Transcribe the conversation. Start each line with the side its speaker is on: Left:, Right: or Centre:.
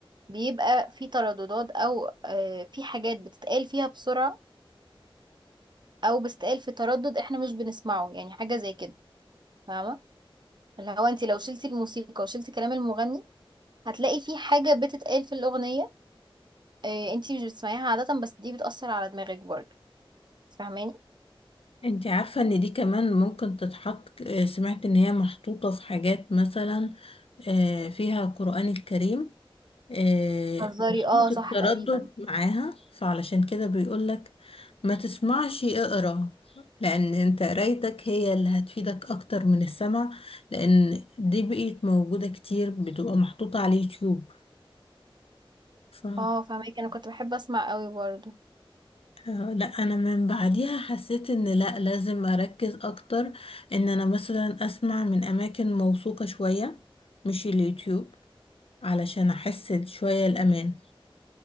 Right: بيبقى في ترددات او آه، في حاجات بتتقال فيها بسرعة او بتتقال في تردد احنا مش بنسمعه يعني حاجة زي كده فاهمة اللي هو انت لو شلتي الموسيقى وشلتي كلام المغني هتلاقي في حاجة بتتقال في الأغنية إيه انتي مش بتسمعيها عادة بس دي بتأثر على دماغك برضه فاهماني
Left: انت عارفة إن دي كمان ممكن تتحط آه، سمعت إن هي محطوطة في حاجات مثلا آه، فيها القرآن الكريم آه،
Right: هزاري
Left: محطوط
Right: اه
Left: التردد
Right: صح تقريبا
Left: معاها فعلشان كده بيقولك ما تسمعش اقرا لان انت قرايتك هي اللي هتفيدك اكتر من السمع لان دي بقيت موجودة كتير بتبقى محطوطة على اليوتيوب ف
Right: اه فاهمك انا كنت بحب اسمع قوي برضه
Left: آه، لا انا من بعديها حسيت ان لا لازم اركز اكتر ان انا مثلا اسمع من اماكن موثوقة شوية مش اليوتيوب علشان احس شوية الامان